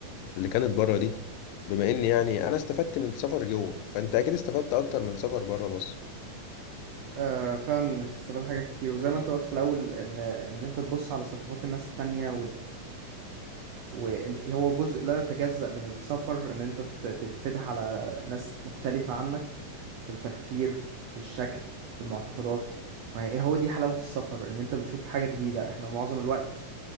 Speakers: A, on the left (about 85°); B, on the right (about 80°).
A: اللي كانت بره دي بما ان يعني انا استفدت من السفر جوه فانت اكيد استفدت اكتر من سفر بره مصر
B: آه فعلا انت تستفاد حاجات كتير وزي ما انت قلت في الاول ان ان انت تبص على ثقافات الناس التانية وهو جزء لا يتجزأ من السفر ان انت تت- تتفتح على ناس مختلفة عنك في التفكير في الشكل في المعتقدات فهو دي حلاوة السفر ان انت بتشوف حاجة جديدة احنا معظم الوقت